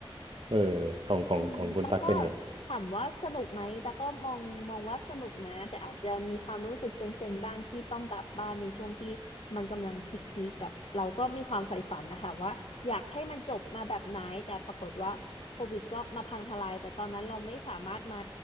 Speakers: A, on the right; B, on the left.
A: เออของของของคุณตักเป็นไง
B: อืมแต่กก็ถามว่าสนุกไหมแต่กก็มองมองว่าสนุกนะแต่อาจจะมีความรู้สึกเซ็งๆบ้างที่ต้องกลับบ้านในช่วงที่มันกำลังพีคๆแบบเราก็มีความใฝ่ฝันนะคะว่าอยากให้มันจบมาแบบไหนแต่ปรากฏว่าโควิดก็มาพังทลายแต่ตอนนั้นเราไม่สามารถมา